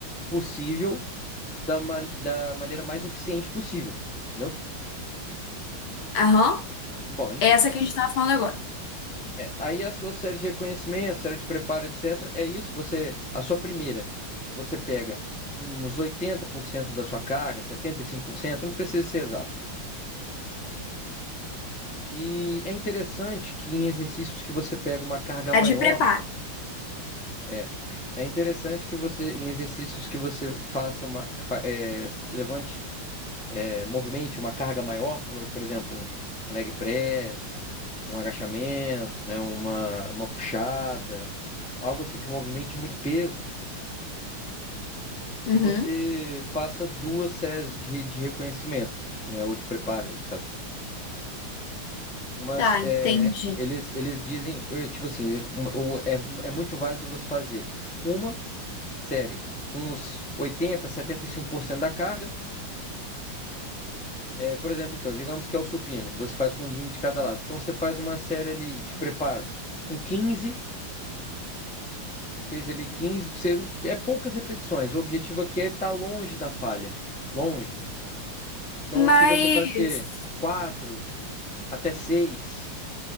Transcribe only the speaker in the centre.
possível da, ma- da maneira mais eficiente possível, entendeu?
Bom, enfim.
É, aí a sua série de reconhecimento, série de preparo, etc. É isso, você, a sua primeira, você pega uns 80% da sua carga, 75%. não precisa ser exato. E é interessante que em exercícios que você pega uma carga maior,
é, é interessante que você, em exercícios que você faça uma, que fa- é, levante é, movimente uma carga maior, como, por exemplo, um, um leg press, um agachamento, né, uma, uma puxada, algo assim que movimente muito peso, que
você faça duas séries de, de reconhecimento, né, ou de preparo, etc. Mas
é, eles, eles dizem, eh, tipo assim, é, um, o- é, é muito válido você fazer uma série com uns oitenta, setenta e cinco por cento da carga É, por exemplo, então, digamos que é o supino, você faz com 20 de cada lado. Então você faz uma série ali de preparo com 15, fez ali 15, você, é poucas repetições. O objetivo aqui é estar longe da falha, longe. Então
aqui você faz o quê? quatro até seis